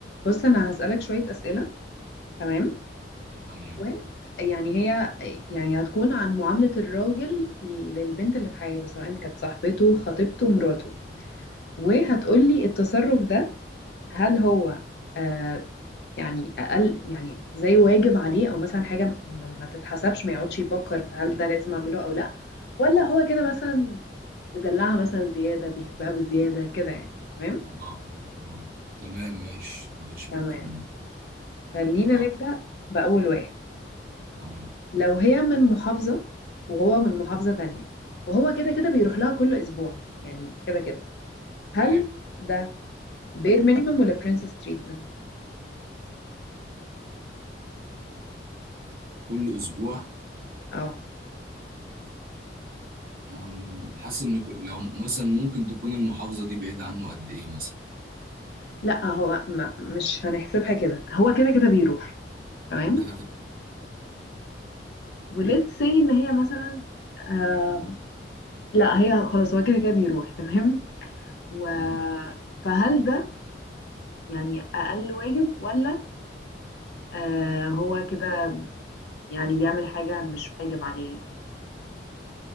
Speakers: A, on the left; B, on the right.
A: بص انا هسألك شوية أسئلة تمام
B: تمام
A: ويعني هي يعني هتكون عن معاملة الراجل للبنت اللي في حياته سواء كانت صاحبته خطيبته مراته وهتقولي التصرف ده هل هو آه يعني أقل يعني زي واجب عليه أو مثلا حاجة م- ما تتحسبش ما يقعدش يفكر في هل ده لازم أعمله أو لأ ولا هو كده مثلا مدلعها مثلا زيادة بيحبها بزيادة كده يعني تمام
B: آه، آه. تمام ماشي ماشي
A: تمام
B: ممكن
A: خلينا
B: نجرب
A: نبدأ بأول واحد
B: تمام
A: لو هي من محافظة وهو من محافظة تانية وهو كده كده بيروح لها كل أسبوع يعني كده كده هل
B: ايوه
A: ده بير مينيمم ولا برنسس تريتمنت؟
B: كل اسبوع
A: اه
B: آم، حاسس ان كل- لو مثلا ممكن تكون المحافظه دي بعيده عنه قد ايه مثلا
A: لا هو ما مش هنحسبها كده هو كده كده بيروح تمام
B: هو كده كده
A: وليتس سي ان هي مثلا آه لا هي خلاص هو كده كده بيروح تمام و
B: مم.
A: فهل ده يعني أقل واجب ولا آه هو كده يعني بيعمل حاجة مش واجب عليه يعني